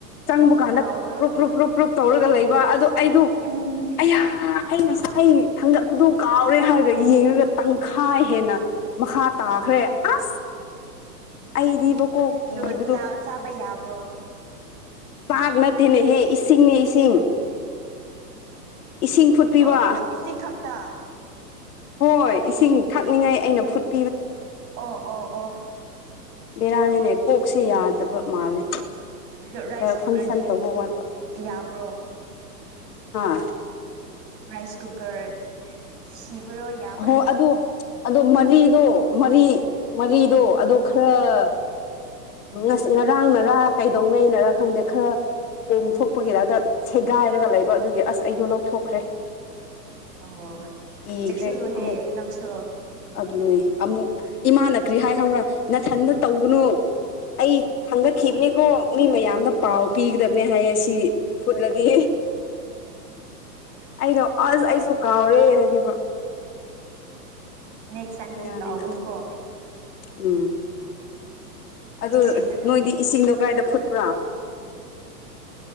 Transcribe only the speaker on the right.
ꯑꯣ
ꯀꯥꯎꯕ꯭ꯔꯣ
ꯎꯝ
ꯑꯗꯨꯣ ꯆꯥꯕ ꯌꯥꯕ꯭ꯔꯣ
ꯑꯣ ꯏꯁꯤꯡ ꯈꯛꯇ
ꯑꯣ ꯑꯣ ꯑꯣ
ꯑꯗꯨ ꯔꯥꯏꯁ
ꯀꯨꯀꯔꯗꯤ
ꯌꯥꯕ꯭ꯔꯣ
ꯔꯥꯏꯁ ꯀꯨꯀꯔ ꯁꯤꯕꯔꯣ ꯌꯥꯎ
ꯑꯣ
ꯆꯦꯛꯁꯤꯜꯂꯨꯍꯦ
ꯅꯪꯁꯨ
ꯅꯦꯛꯦꯛꯁ ꯁꯖꯗꯤ
ꯇꯥꯎꯒꯅꯤꯀꯣ
ꯆꯦꯛꯁꯤꯟꯅ ꯇꯧꯋ